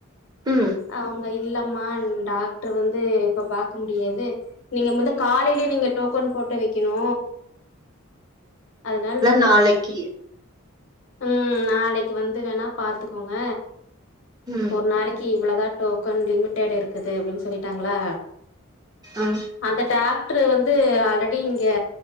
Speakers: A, on the right; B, on the left.
A: ம்
B: அவங்க இல்ல மா டாக்டர் வந்து இப்ப பாக்க முடியாது நீங்க மொது காலைலியே நீங்க டோக்கன் போட்டு வெ க்கணு அதனால நீ
A: நாளைக்கு
B: ம் நாளைக்கு வந்து வேணா பாத்துக்கோங்க
A: ம்
B: ஒரு நாளைக்கு இவள டோக்கன் லிமிடெடு இருக்குது அப்டின் சொல்லிட்டாங்களா
A: ஆ
B: அந்த டாக் ட்ரு வந்து ஆல்ரெடி இங்க